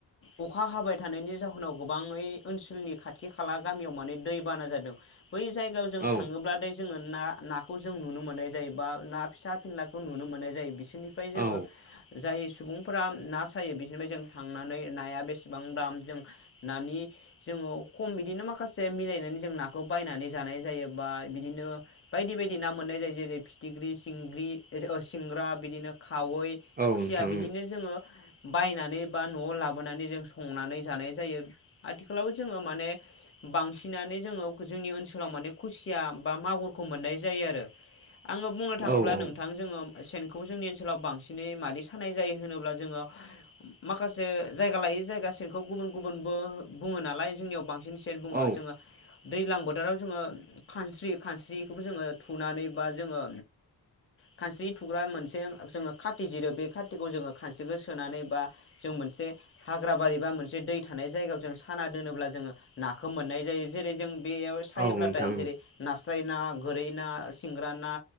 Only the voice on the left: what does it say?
अखा हाबाय थानायनि जाहोनाव, गोबाङै ओनसोलनि खाथि खाला गामियाव माने, दै बाना जादों। बै जायगायाव जों
थाङोब्ला जोङो, ना नाखौ जों नुनो मोननाय जायो बा ना फिसा फिनलाखौ नुनो मोननाय जायो बिसोरनि ओमफाय जोङो
जाय सुबुं फोरा ना सायो बि बिनिफ्राय जों थांनानै नाया बेसेबां दाम जों नानि जोङो खम बिदिनो माखासे मिलायनानै जों ना खौ बायनानै जानाय जायो बा बिदिनो बायदि बायदि ना मोननाय जायो जेरै फिथिख्रि सिंग्रि ओ सिंग्रा बिदिनो, खावै
खुसिया
बिदिनो जोङो बायनानै, बा न'आव लाबोनानै जों संनानै जानाय जायो आथिखालाव जोङो माने बांसिनानो जोङो जोंनि ओनसोलाव माने खुसिया बा मागुरखौ मोननाय जायो आरो आङो बुंनो थाङोब्ला
नोंथां जोङो, सेनखौ जोंनि ओनसोलाव बांसिनै मादि सानाय जायो होनोब्ला जोङो माखासे जायगा लायै जायगा सेनखौ गुबुन गुबुनबो बुङो नालाय जोंनियाव बां बांसिन सेन बुङो
जोङो, दैलां बोथोराव जोङो खानस्रि खानस्रिखौबो जोङो थुनानै बा जोङो, खानस्रि थुग्रा मोनसे जोङो खाथि जिरो बे खाथिखौ जोङो खान जोङो सोनानै बा जों मोनसे हाग्रा बारि बा मोनसे दै थानाय जायगायाव जों साना दोनोब्ला जोङो ना खौ मोननाय जायो जेरै जों बेयाव सायोब्लाथाय
जेरै नास स्राइ ना गोरै ना सिंग्रा ना